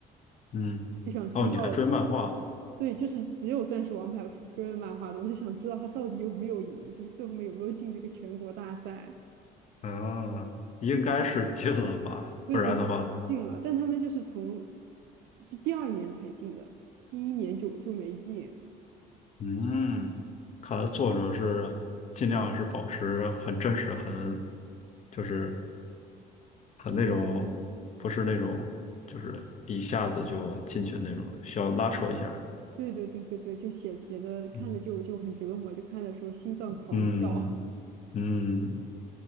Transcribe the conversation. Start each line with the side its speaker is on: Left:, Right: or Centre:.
Left: 嗯，
Right: 就想知道
Left: 哦，你还追漫画，
Right: 对，就是只有《钻石王牌》我是追的漫画的，我是想知道他到底有没有赢，就是最后面有没有进那个全国大赛。
Left: 嗯，应该是进了吧，
Right: 对对，
Left: 不然的话，
Right: 进了，但他们就是从就第二年才进的，第一年就就没进。
Left: 嗯，看来作者是尽量是保持很真实，很就是他那种不是那种，就是一下子就进去的那种，需要拉扯一下。
Right: 对对对对对，就写写的看着就就很折磨，
Left: 嗯
Right: 就看的时候心脏狂跳
Left: 嗯
Right: <laughs>
Left: 嗯，